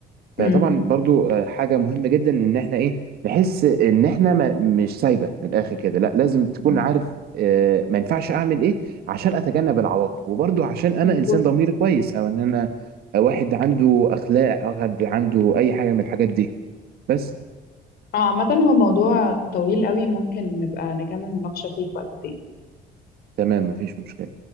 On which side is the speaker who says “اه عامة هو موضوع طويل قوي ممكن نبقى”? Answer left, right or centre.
Left